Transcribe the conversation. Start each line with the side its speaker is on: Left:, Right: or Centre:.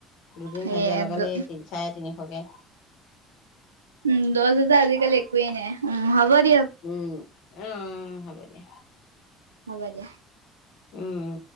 Left: দুদিন
Right: সেয়ে
Left: হাজিৰা লগালে এই তিনি চাৰে তিনিশ। ছাগে।
Right: উম দহ হাজাৰ আজিকালি একোৱেই নাই উ হ'ব দিয়ক।
Left: উম উম হ'ব দিয়া
Right: হ'ব দিয়া।
Left: উম।